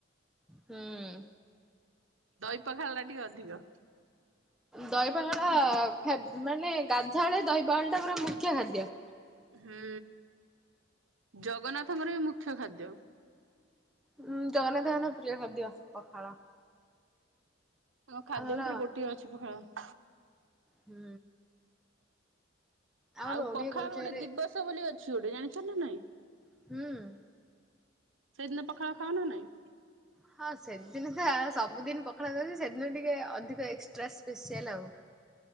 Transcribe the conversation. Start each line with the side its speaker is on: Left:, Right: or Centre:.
Centre: ହୁଁ
Right: ଦଇପଖାଳ ଟା ଟିକେ ଅଧିକ।
Centre: ଦହିପହାଳ ମାନେ ଗାଧାଳେ ଦହିପଖାଳଟା ପୁରା ମୁଖ୍ୟ ଖାଦ୍ୟ।
Right: ହୁଁ ଜଗନ୍ନାଥଙ୍କର ବି ମୁଖ୍ୟ ଖାଦ୍ୟ।
Centre: ହୁଁ ଜଗନ୍ନାଥଙ୍କ ପ୍ରିୟ ଖାଦ୍ୟ ପଖାଳ।
Right: ତାଙ୍କ ଖାଦ୍ୟ
Centre: ଆମର
Right: ଭିତରେ ଗୋଟିଏ ଅଛି ପଖାଳ।
Centre: ହୁଁ। ଆମର
Right: ଆଉ
Centre: ଓଡିଆ
Right: ପଖାଳ
Centre: କଲଚରରେ
Right: ଗୋଟେ ଦିବସ ବୋଲି ଅଛି ଗୋଟେ ଜାଣିଛ ନା ନାଇଁ?
Centre: ହୁଁ।
Right: ସେହିଦିନ ପଖାଳ ଖାଅ ନା ନାହିଁ?
Centre: ହଁ ସେଦିନ ତ ସବୁଦିନ ପଖାଲ ଭାତଜେ ସେଦିନ ଟିକେ ଅଧିକ ଏକ୍ସଟ୍ରା ସ୍ପେସିଆଲ୍ ଆଉ